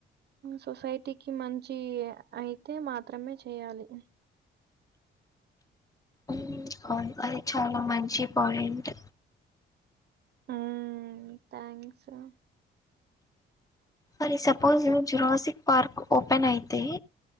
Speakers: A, on the right; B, on the left.
A: సొసైటీకిి మంచి అయితే మాత్రమే చేయాలి
B: ఊమ్ అవును అది చాలా మంచి పోయింట్
A: ఊమ్ థ్యాంక్స్ రా
B: మరి సపోజ్ జురాసిక్ పార్క్ ఓపెన్ అయితే